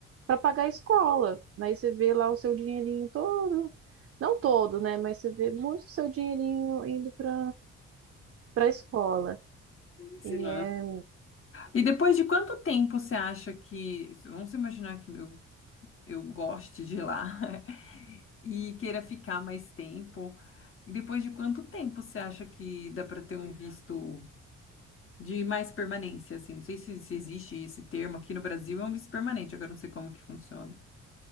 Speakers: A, on the right; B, on the left.
A: para pagar a escola. Aí você vê lá o seu dinheirinho todo, não todo, né? Mas você vê muito o seu dinheirinho indo para para a escola.
B: Sim.
A: E é,
B: E depois de quanto tempo você acha que. Vamos imaginar que eu eu goste de ir lá <laughs> e queira ficar mais tempo. E Depois de quanto tempo você acha que dá para ter um visto de mais permanência, assim? Não sei se, se existe esse termo aqui no Brasil, é um visto permanente, agora eu não sei como que funciona.